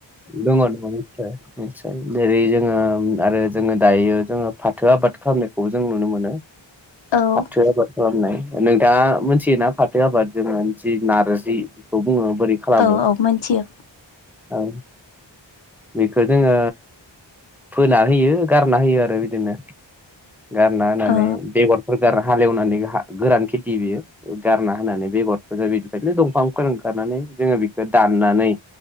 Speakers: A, in the centre; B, on the left (about 70°).
A: दङ दङ निस्सय निस्सय जेरै जोङो ओं आरो जोङो दायो जोङो फाथो आबाद खालामनायखौ जों नुनो मोनो।
B: औ
A: फाथो आबाद खालामनाय। नोंथाङा मोनथियोना? फाथो आबाद जोङो थि नारजिखौ बुङो बोरै खालामो
B: औ औ मोनथियो
A: औ बेखौ जोङो फोनानै होयो गारना होयो आरो बिदिनो। गारना होनानै
B: औ
A: बेगरफोर गार हालेवनानै हा गोरान खेथि बेयो गारना होनानै बेगरफोर <unintelligible> दंफांफोर ओं - माने जोङो बेखौ दाननानै